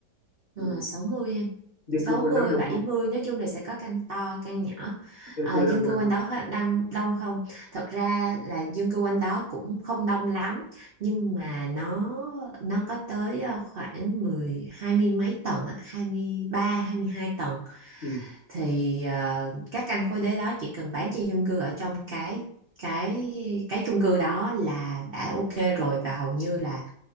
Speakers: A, on the left; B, on the right.
A: ừ.
B: Ờ, 60 em
A: dân
B: sáu
A: cư quanh
B: mươi,
A: đó đông
B: bảy
A: không
B: mươi nói chung là sẽ có căn to căn nhỏ
A: dân
B: Ờ,
A: cư đông
B: dân cư
A: quanh
B: quanh
A: không
B: đó hết- đang đông không thật ra là dân cư quanh đó cũng không đông lắm nhưng mà nó nó có tới ờ, khoảng mười, hai mươi mấy tầng á, hai mươi ba, hai mươi hai tầng
A: ừ
B: thì ờ, các căn khối đế đó chỉ cần bán cho dân cư ở trong cái cái cái chung cư đó là đã ok rồi và hầu như là